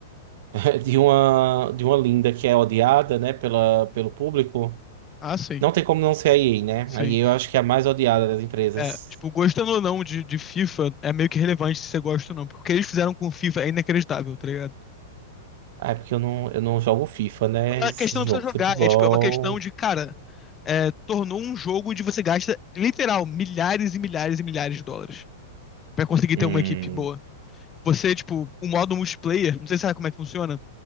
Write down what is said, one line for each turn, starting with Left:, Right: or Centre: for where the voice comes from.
Right: <laughs> de uma de uma linda que é odiada, né, pela, pelo público,
Left: Ah, sim,
Right: não tem como não ser a EA, né?
Left: sim.
Right: A EA eu acho que é a mais odiada das empresas.
Left: É, tipo, gostando ou não de, de FIFA, é meio que relevante se você gosta ou não, porque o que eles fizeram com o FIFA é inacreditável, tá ligado?
Right: Ah, é porque eu não, eu não jogo FIFA, né?
Left: A
Right: Esse
Left: questão não
Right: jogo
Left: precisa
Right: de
Left: jogar,
Right: futebol.
Left: é tipo, é uma questão de, cara, é, tornou um jogo onde você gasta, literal, milhares e milhares e milhares de dólares pra conseguir
Right: Hum,
Left: ter uma equipe boa. Você, tipo, o modo multiplayer, não sei se sabe como é que funciona,